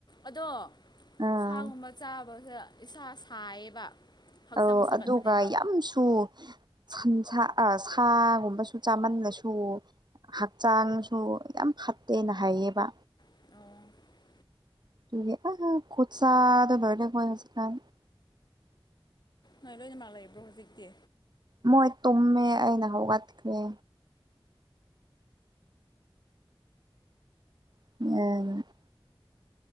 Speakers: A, on the left; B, on the right.
A: ꯑꯗꯣ
B: ꯑꯥ
A: ꯁꯥꯒꯨꯝꯕ ꯆꯥꯕꯁꯦ ꯏꯁꯥ ꯁꯥꯏꯌꯦꯕ ꯍꯛꯆꯥꯡ
B: ꯑꯣ
A: ꯁꯥꯒꯠꯄꯅꯦꯕ
B: ꯑꯗꯨꯒ ꯌꯥꯝꯁꯨ ꯁꯟꯁꯥ ꯑꯥ ꯁꯥꯒꯨꯝꯕꯁꯨ ꯆꯥꯃꯜꯂꯁꯨ ꯍꯛꯆꯥꯡꯁꯨ ꯌꯥꯝ ꯐꯠꯇꯦꯅ ꯍꯥꯏꯌꯦꯕ
A: ꯑ
B: <unintelligible>
A: ꯅꯣꯏ ꯂꯣꯏꯅ ꯃꯥꯛ ꯂꯩꯕ꯭ꯔꯣ ꯍꯧꯖꯤꯛꯇꯤ
B: ꯃꯣꯏ ꯇꯨꯝꯃꯦ ꯑꯩꯅ ꯍꯧꯒꯠꯈ꯭ꯔꯦ ꯎ <unintelligible>